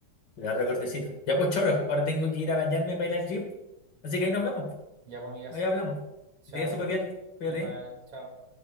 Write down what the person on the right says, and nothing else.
Ya, pues, amigas.
Chao.
Igual, chao.